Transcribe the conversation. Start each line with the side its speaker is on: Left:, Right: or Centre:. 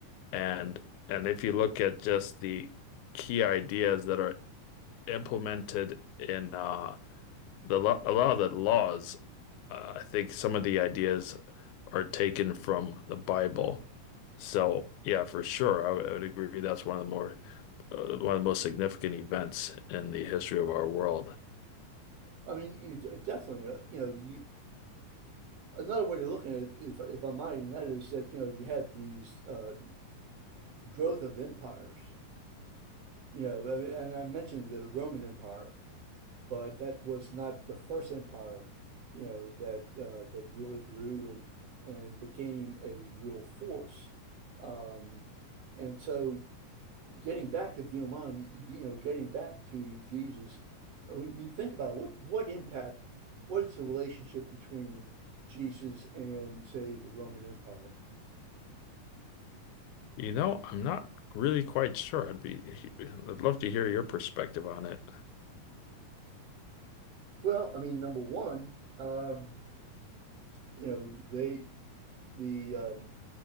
Left: And and if you look at just the key ideas that are implemented in uh, the lo a lot of the laws, uh, I think some of the ideas are taken from the Bible. So yeah, for sure, I would I would agree that's one of the more uh, one of the most significant events in the history of our world.
Right: I mean, you, d- definitely, uh, you know, you, another way to look at it, if, if I might, and that is that, you know, you had these uh, growth of empires. You know, and I mentioned the Roman Empire, but that was not the first empire, you know, that uh, that really grew and and became a real force. Um, and so, getting back, if you don't mind, you know, getting back to Jesus, I mean, think about it. What what impact? What's the relationship between Jesus and, say, the Roman Empire?
Left: You know, I'm not really quite sure. I'd be I'd love to hear your perspective on it.
Right: Well, I mean, number one, um, you know, they the um